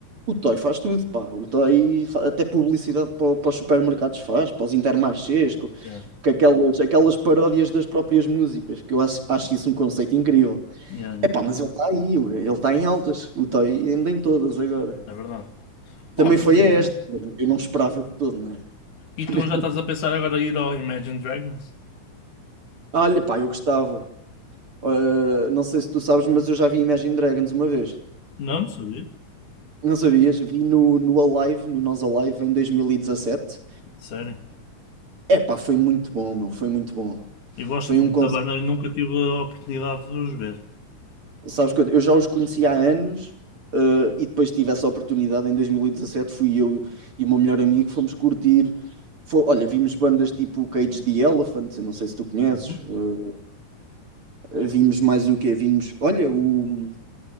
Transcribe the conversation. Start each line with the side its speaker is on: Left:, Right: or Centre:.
Right: O Toy faz tudo, pá. O Toy fa- até publicidade para, para os supermercados faz, para os Intermarchés, com,
Left: Yeah.
Right: com aquelas, aquelas paródias das próprias músicas, que eu acho, acho isso um conceito incrível.
Left: Yeah, yeah.
Right: Epá, mas ele está aí, ele está em altas. O Toy ainda em todas agora.
Left: É verdade. Pá,
Right: Também foi
Left: mas não
Right: esta.
Left: é.
Right: Eu não esperava de todo, né? <laughs>
Left: E tu já estás a pensar agora em ir ao Imagine Dragons?
Right: Olha, pá, eu gostava. Uh, não sei se tu sabes, mas eu já vi Imagine Dragons uma vez.
Left: Não, não sabia.
Right: Não sabias? Vi no, no Alive, no Nós Alive, em 2017.
Left: Sério.
Right: É pá, foi muito bom, meu. Foi muito bom.
Left: Eu gosto
Right: Foi
Left: muito
Right: um concerto.
Left: da banda e nunca tive a oportunidade de os ver.
Right: Sabes que eu eu já os conhecia há anos. uh, e depois tive essa oportunidade em 2017. Fui eu e o meu melhor amigo, fomos curtir. Fo- olha, vimos bandas tipo Cage the Elephant. eu Não sei se tu conheces.
Left: Uhum.
Right: ah, Vimos mais o quê? Vimos, olha, o.